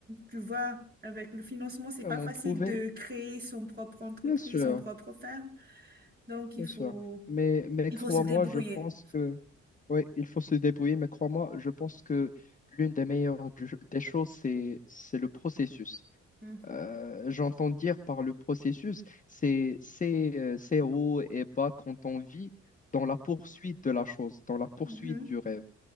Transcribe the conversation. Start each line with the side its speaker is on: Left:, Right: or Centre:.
Right: Tu vois, avec le financement, c'est
Left: À
Right: pas
Left: m'en
Right: facile
Left: prouver,
Right: de créer son propre entreprise,
Left: bien sûr,
Right: son propre ferme, donc il
Left: bien
Right: faut
Left: sûr. Mais, mais
Right: il
Left: crois-moi,
Right: faut se débrouiller.
Left: je pense que, oui, il faut se débrouiller, mais crois-moi, je pense que l'une des meilleures du- des choses, c'est, c'est le processus.
Right: Mhm.
Left: Euh, j'entends dire par le processus, c'est ces euh, ces hauts et bas quand on vit dans la poursuite de la chose, dans la poursuite
Right: Mhm.
Left: du rêve.